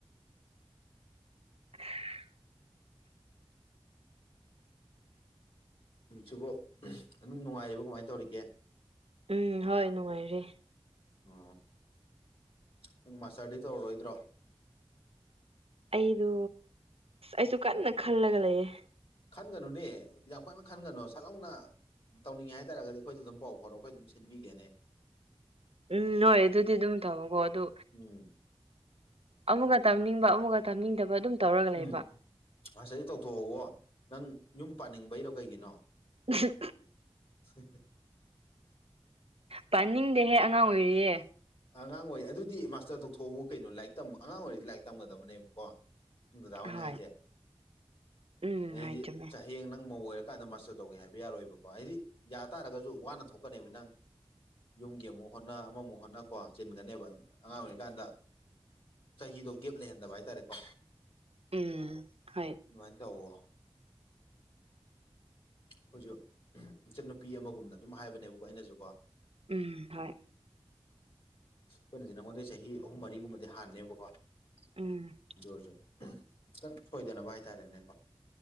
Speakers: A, on the right (about 70°); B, on the left (about 60°).
A: <inaudible>
B: ꯍꯧꯖꯤꯛꯁꯤꯕꯨ ꯑꯗꯨꯝ ꯅꯨꯡꯉꯥꯏꯔꯤꯕꯣ ꯀꯃꯥꯏꯟ ꯇꯧꯔꯤꯒꯦ
A: ꯎꯝ ꯍꯣꯏ ꯅꯨꯡꯉꯥꯏꯔꯤ
B: ꯑꯣ ꯅꯪ ꯃꯥꯁꯇꯔꯗꯤ ꯇꯧꯔꯔꯣꯏꯗ꯭ꯔꯣ
A: ꯑꯩꯗꯨ ꯑꯩꯁꯨ ꯀꯟꯅ ꯈꯜꯂꯒ ꯂꯩꯌꯦ
B: ꯈꯟꯒꯅꯨꯅꯦ ꯌꯥꯝ ꯀꯟꯅ ꯈꯟꯒꯅꯣ ꯁꯠꯂꯥꯎꯅ ꯇꯧꯅꯤꯡꯉꯦ ꯍꯥꯏꯇꯥꯔꯒꯗꯤ ꯑꯈꯣꯏꯗ ꯑꯗꯨꯝ ꯄꯥꯎ ꯐꯥꯎꯔꯛꯎ ꯑꯈꯣꯏ ꯑꯗꯨꯝ ꯁꯤꯟꯕꯤꯒꯦꯅꯦ
A: ꯎꯝ ꯍꯣꯏ ꯑꯗꯨꯗꯤ ꯑꯗꯨꯝ ꯇꯧꯕꯀꯣ ꯑꯗꯨ
B: ꯎꯝ
A: ꯑꯃꯨꯛꯒ ꯇꯝꯅꯤꯡꯕ ꯑꯃꯨꯛꯒ ꯇꯝꯅꯤꯡꯗꯕ ꯑꯗꯨꯝ ꯇꯧꯔꯒ ꯂꯩꯕ
B: ꯎꯝ ꯃꯥꯁꯇꯔꯗꯤ ꯇꯧꯊꯣꯛꯍꯧꯋꯣ ꯅꯪ ꯌꯨꯝ ꯄꯥꯅꯤꯡꯕꯩꯔꯣ ꯀꯩꯒꯤꯅꯣ
A: <unintelligible>
B: <unintelligible>
A: ꯄꯥꯅꯤꯡꯗꯦꯍꯦ ꯑꯉꯥꯡ ꯑꯣꯏꯔꯤꯌꯦ
B: ꯑꯉꯥꯡ ꯑꯣꯏꯔꯤ ꯑꯗꯨꯗꯤ ꯃꯥꯁꯇꯔ ꯇꯣꯛꯊꯣꯛꯎ ꯀꯩꯅꯣ ꯂꯥꯏꯔꯤꯛ ꯑꯉꯥꯡ ꯑꯣꯏꯔꯗꯤ ꯂꯥꯏꯔꯤꯛ ꯇꯝꯒꯗꯕꯅꯦꯕꯀꯣ ꯗꯗꯥ ꯍꯣꯏꯅ
A: ꯍꯣꯏ
B: ꯍꯥꯏꯖꯦ
A: ꯎꯝ
B: ꯑꯗꯩꯗꯤ
A: ꯍꯣꯏ ꯆꯨꯝꯃꯦ
B: ꯆ ꯍꯌꯦꯡ ꯅꯪ ꯃꯧ ꯑꯣꯏꯔ ꯀꯥꯟꯗ ꯃꯥꯁꯇꯔ ꯇꯧꯒꯦ ꯍꯥꯏꯕ ꯌꯥꯔꯣꯏꯕꯀꯣ ꯍꯥꯏꯗꯤ ꯌꯥ ꯇꯥꯔꯒꯖꯨ ꯋꯥꯅ ꯊꯣꯛꯀꯅꯦꯕ ꯅꯪ ꯌꯨꯝꯒꯤ ꯑꯃꯨꯛ ꯍꯣꯠꯅ ꯑꯃꯃꯨꯛ ꯍꯣꯠꯅ ꯀꯣ ꯆꯤꯟꯒꯅꯦꯕ ꯑꯉꯥꯡ ꯑꯣꯏꯔꯤꯀꯥꯟꯗ ꯆꯍꯤꯗꯣ ꯒꯦꯞ ꯂꯩꯍꯟꯗꯕ ꯍꯥꯏꯇꯥꯔꯦꯀꯣ
A: ꯎꯝ ꯍꯣꯏ
B: ꯑꯗꯨꯃꯥꯏꯟ ꯇꯧꯋꯣ ꯑꯈꯣꯏꯖꯨ ꯏꯆꯟ ꯅꯨꯨꯄꯤ ꯑꯃꯒꯨꯝꯅ ꯑꯗꯨꯝ ꯍꯥꯏꯕꯅꯦꯕꯀꯣ ꯑꯩꯅꯖꯨꯀꯣ
A: ꯎꯝ ꯍꯣꯏ
B: ꯑꯈꯣꯏꯅꯗꯤ ꯅꯪꯉꯣꯟꯗꯩ ꯆꯍꯤ ꯑꯍꯨꯝ ꯃꯔꯤꯒꯨꯝꯕꯗꯤ ꯍꯥꯟꯅꯦꯕꯀꯣ
A: ꯎꯝ
B: ꯑꯣꯏꯔꯁꯨ ꯈꯤꯇꯪ ꯁꯣꯏꯗꯅꯕ ꯍꯥꯏꯇꯥꯔꯦꯅꯦꯀꯣ